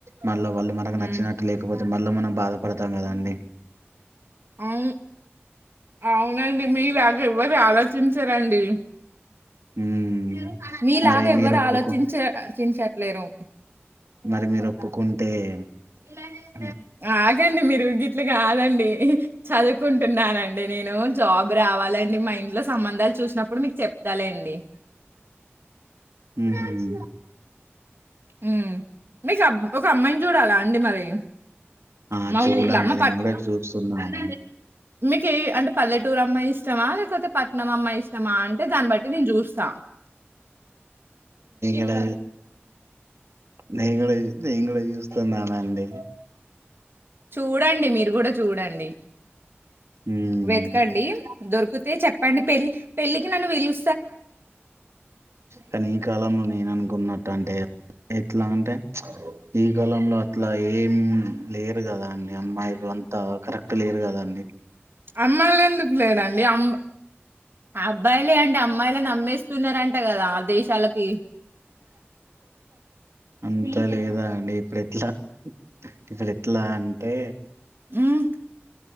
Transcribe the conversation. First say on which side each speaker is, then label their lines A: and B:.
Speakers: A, on the right; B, on the right.
A: మల్ల వాళ్లు మనకు
B: హ్మ్
A: నచ్చినట్లు లేకపోతే మల్ల మనం బాధపడదాం కదండీ
B: అవ్ను అవునండి మీలా ఎవరి ఆలోచించరండి
A: మ్
B: మీలాగా
A: మరి
B: ఎవ్వరు
A: మీరు ఒప్పుకు
B: ఆలోచించ చించట్లేరు.
A: మరి మీరు ఒప్పుకుంటే ఏ లంజె
B: ఆగండి మీరు గిట్ల కాదండి చదువుకుంటున్నానండి నేను జాబ్ రావాలండి మా ఇంట్లో సంబంధాలు చూసినప్పుడు మీకు చెప్తాలేండి.
A: ఉమ్
B: హ్మ్. మీకు అబ్ ఒక అమ్మాయిని చూడాలా అండి మరి?
A: ఆ
B: మా
A: చూడండి
B: ఊర్ల మా
A: నేను కూడా చూస్తున్నాను
B: మీకీ అంటే పల్లెటూరు అమ్మాయి ఇష్టమా లేకపోతే, పట్నం అమ్మాయి ఇష్టమా అంటే దాన్ని బట్టి నేను చూస్తా.
A: ఎలా నేను గూడ నేను గూడా చూస్తున్నానండి.
B: చూడండి మీరు కూడా చూడండి
A: ఉమ్
B: వెతకండి దొరికితే చెప్ అండి పెళ్లి పెళ్ళికి నన్ను పిలు
A: కని ఈ కాలంలో నేను అను కున్నట్టు అంటే ఎట్లా అంటే ప్చ్ ఈ కాలంలో అట్లా ఏం లేరు కదా అండి అమ్మాయిలు అంతా కరెక్ట్ లేరు కదాండి.
B: అమ్మాయిళెందు లేరండి అమ్ అబ్బాయిలే అండి అమ్మాయిలను అమ్మేస్తున్నారంట కదా ఆ దేశాలకి.
A: అంతా లేదా అండి ఇప్పుడు ఎట్లా ఇప్పుడు ఎట్లా అంటే
B: మ్మ్